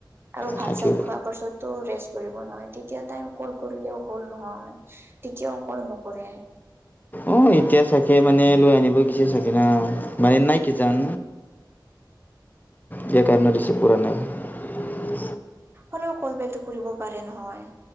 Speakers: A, on the right; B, on the left.
A: আৰু ভাত-
B: থাকিব
A: চাত খোৱাৰ পাছতটো ৰেষ্ট কৰিব নহয় তেতিয়া তাই কল কৰিলেও হ'ল নহয়। তেত কিয় কল নকৰে?
B: অঁ এতিয়া চাগে মানে লৈ আনিব দিছে চাগে না? মানে, নাই কি জান। সেই কাৰণে ৰিছিভ কৰা নাই।
A: হ'লেও কল বেলটো কৰিব পাৰে নহয়।